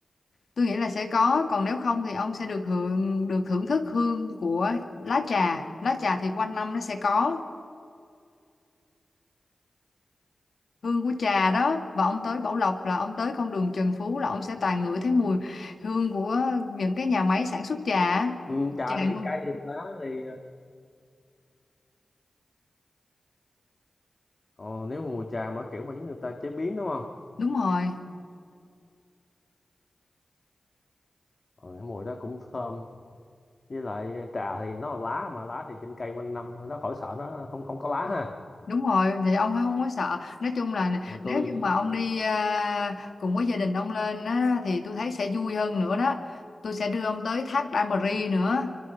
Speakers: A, on the left; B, on the left.
A: Tôi nghĩ là sẽ có, còn nếu không thì ông sẽ được hưởng được thưởng thức hương của lá trà. Lá trà thì quanh năm nó sẽ có hương của trà đó và ông tới Bảo Lộc là ông tới con đường Trần Phú là ông sẽ toàn ngửi thấy mùi hương của những cái nhà máy sản xuất trà. á.
B: ừ, trà
A: Trà
B: thì cái
A: luôn.
B: cây thì lá thì ờ, ờ, nếu mà mùi trà mà kiểu mà giống như người ta chế biến đúng không
A: Đúng rồi.
B: ờ, cái mùi đó cũng thơm với lại ờ, trà thì nó là lá mà lá thì trên cây quanh năm nó khỏi sợ nó không không có lá ha
A: Đúng rồi thì ông không có sợ. Nói chung là
B: rồi
A: nếu
B: tôi
A: như mà ông đi à, cùng với gia đình ông lên á, thì tôi thấy sẽ vui hơn nữa đó. Tôi sẽ đưa ông tới thác Đa Mờ Ri nữa.